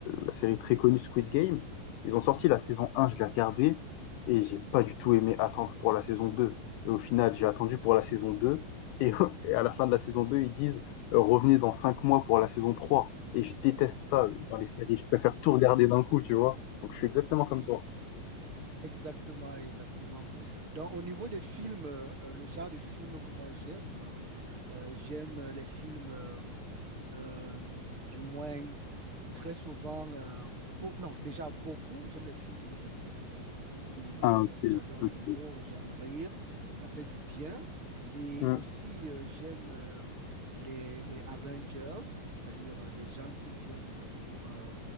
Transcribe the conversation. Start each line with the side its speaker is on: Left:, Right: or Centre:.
Left: la série très connue Squid Game. Ils ont sorti la saison 1, je l'ai regardée, et j'ai pas du tout aimé attendre pour la saison 2. Et au final, j'ai attendu pour la saison 2, et, <laughs> et à la fin de la saison 2, ils disent, euh, revenez dans 5 mois pour la saison 3. Et je déteste ça dans les séries, je préfère tout regarder d'un coup, tu vois. Donc je suis exactement comme toi.
Right: Exactement, exactement. Donc, au niveau des films, euh, euh, le genre de films que moi j'aime, euh, euh, j'aime euh, les films, euh, euh, du moins très souvent, euh, beau- non, déjà beaucoup, j'aime les films humoristiques. humoristique.
Left: Ah, ok.
Right: J'adore
Left: ok.
Right: l'humour, j'aime rire, ça fait du bien. Et
Left: Hmm,
Right: aussi, euh, j'aime euh, les, les Avengers, c'est-à-dire euh, des gens qui viennent pour euh,